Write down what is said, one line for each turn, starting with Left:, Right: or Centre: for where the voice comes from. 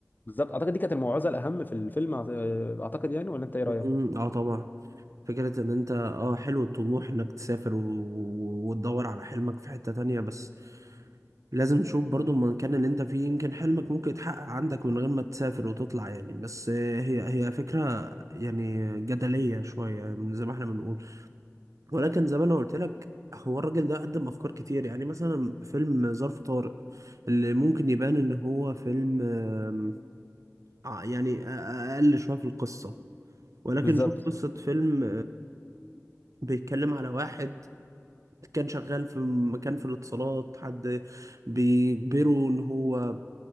Left: بالظبط اعتقد دي كانت الموعظة الاهم في الفيلم أعت- آه، اعتقد يعني ولا انت ايه رأيك
Right: مم. اه طبعا فكرة ان انت اه حلو الطموح انك تسافر و... و- وتدور على حلمك في حتة تانية بس لازم تشوف برضو المكان اللي انت فيه يمكن حلمك ممكن يتحقق عندك من غير ما تسافر وتطلع يعني بس هي هي فكرة يعني جدلية شوية يعني زي ما احنا بنقول ولكن زي ما انا قلت لك هو الراجل ده قدم افكار كتير يعني مثلا فيلم ظرف طارق اللي ممكن يبان ان هو فيلم آم، ع- يعني أ- اقل شوية في القصة ولكن
Left: بالظبط
Right: شوف قصة فيلم بيتكلم على واحد كان شغال في مكان في الاتصالات حد بيجبره ان هو